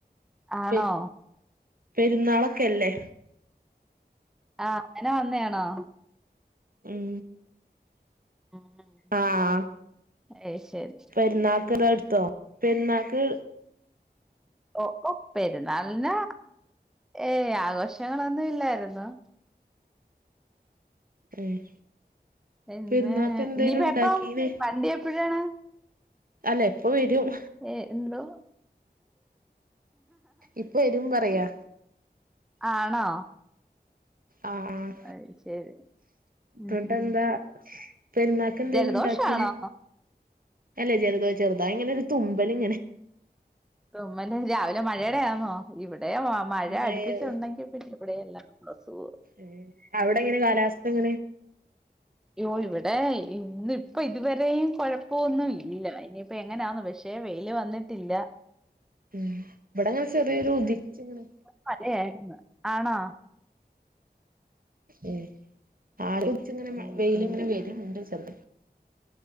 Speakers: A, in the centre; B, on the right.
A: ആണോ
B: പെ പെരുന്നാളൊക്കെല്ലേ
A: ആഹ് അങ്ങനെ വന്നെയാണോ
B: ഉം
A: ഉം
B: ആഹ്
A: ഏയ് ശരി
B: പെര്ന്നാക്ക്‌ള്ളട്ത്തോ പെര്ന്നാക്ക്
A: ഓഹ് ഒഹ് പെരുന്നാൾന് ഏയ് ആഘോഷങ്ങളൊന്നും ഇല്ലാരുന്നു
B: ഏഹ്
A: തന്നേ
B: പെരുന്നാക്ക് എന്തേലും
A: ഇനിയിപ്പ
B: ഉണ്ടാക്കീന്
A: എപ്പം വണ്ടി എപ്പഴാണ്
B: അല്ലെപ്പ വെരും
A: ഏഹ് എന്തോ
B: ഇപ്പൊ വരും പറയാ
A: ആണോ
B: ആഹ് ആഹ്
A: അത് ശരി ഉം
B: ത്തുട്ടെന്താ
A: ഉം ഉം
B: പെര്ന്നാക്കെന്തേനുണ്ടാക്കീനെ
A: ജലദോഷാണോ
B: അല്ലെയ് ജെലെതോ ചെറുതായിങ്ങനൊരു തുമ്പല്ങ്ങനെ
A: തുമ്മല് രാവിലെ മഴേടെയാന്നോ ഇവിടെ മമഴ
B: മഴയോ
A: അടുപ്പിച്ചൊണ്ടെങ്കി പിന്നെ ഇവിടേം എല്ലാർക്കും അസുഗോ
B: ഏഹ് അവിടെങ്ങനെ കാലാവസ്ഥ എങ്ങനെ
A: യ്യ്യോ ഇവിടെ ഇന്ന് ഇപ്പ ഇതുവരെയും കൊഴപ്പൊന്നു ഇല്ല ഇനിയിപ്പ എങ്ങനെയാന്നോ പക്ഷെ വെയില് വന്ന്ട്ടില്ല
B: ഉം ഇവടങ്ങനെ ചെറിയൊരു ഉദിച്ച്ങ്ങനെ
A: മഴയാരുന്ന് ആണോ
B: ഉം ആവിട്ച്ച് ഇങ്ങനെ മ
A: ഉം
B: വെയില്
A: ഉം
B: ഇങ്ങനെ വെര്ണ്ട് ചെർത്